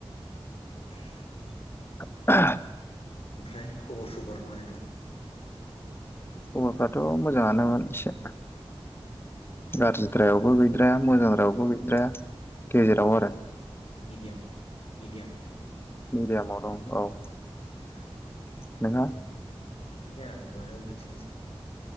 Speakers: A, on the left; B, on the left.
A: <inaudible>
B: <inaudible>
A: ओमफ्राय खबर सबर मारै दं?
B: खबरफ्राथ' मोजाङानोमोन एसे गाज्रिद्रायावबो गैद्राया मोजांद्रायावबो गैद्राया गेजेराव आरो
A: मिडियाम मिडियाम नामा?
B: मडयामव औ औ
A: <inaudible>
B: नोंहा
A: मिडियाम बिदिनो जानांगौ बयनबो बिदिनोसै